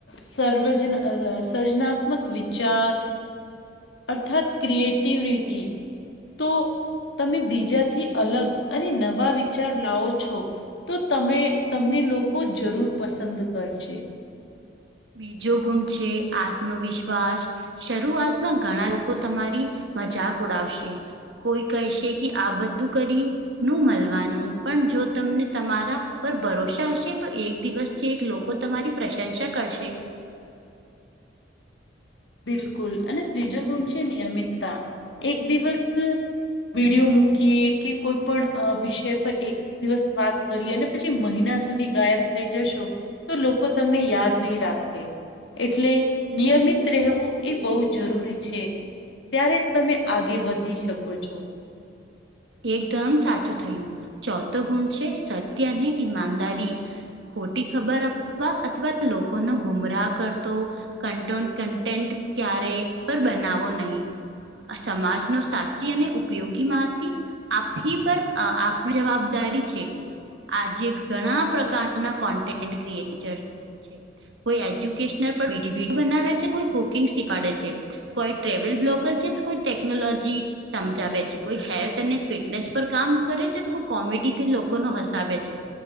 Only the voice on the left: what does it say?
સર્વજના સર્જનાત્મક વિચાર અર્થત ક્રિએેટિવિટી તો તમે બીજાથી અલગ અને નવા વિચાર લાવો છો તો તમે તમને લોકો જરૂર પસંદ કરશે.
બિલકુલ અને ત્રીજો ગુણ છે નિયમિતતા એક દિવસ ત વિડીયો મૂકીએ કે કોઈ પણ અ વિષય પર એક દિવસ વાત કરી અને પછી મહિના સુધી ગાયબ થઈ જશો તો લોકો તમને યાદ નહીં રાખે એટલે નિયમિત. રહેવું એ બહુ જરૂરી છે, ત્યારે જ તમે આગે વધી શકો છો.